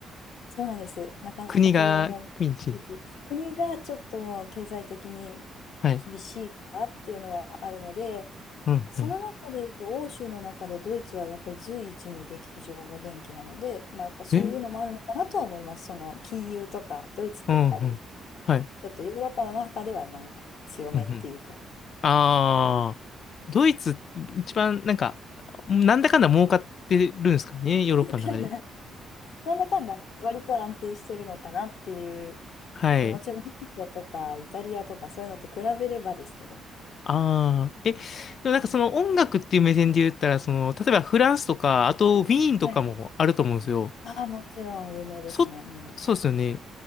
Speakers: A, on the left (about 75°); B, on the left (about 55°).
A: そうなんです。なかなか雇用も厳しいし、
B: 国がピンチで。
A: 国がちょっともう経済的に
B: はい。
A: 厳しいからっていうのはあるので、
B: うん、
A: その中で言うと、
B: うん。
A: 欧州の中でドイツはやっぱり随一に劇場が元気なので、まあ、やっぱそういうのもあるのかなとは思います。
B: え
A: その金融とか、ドイツってやっぱり
B: うん、うん。はい。
A: ちょっとヨーロッパの中ではまあ強めっていうか、
B: うん、うん。ああ、ドイツ、一番、なんか、なんだかんだ儲かってるんですかね、
A: <laughs>
B: ヨーロッパの中で。
A: なんだかんだ割と安定してるのかなっていう、
B: はい。
A: そう、もちろんギリシャとかイタリアとかそういうのと比べればですけど、
B: ああ、え、でもなんかその音楽っていう目線で言ったら、その、例えばフランスとか、あとウィーンとかもあると思うんですよ。
A: はい。ああ、もちろん有名ですね。
B: そ、
A: うん。
B: そうですよね。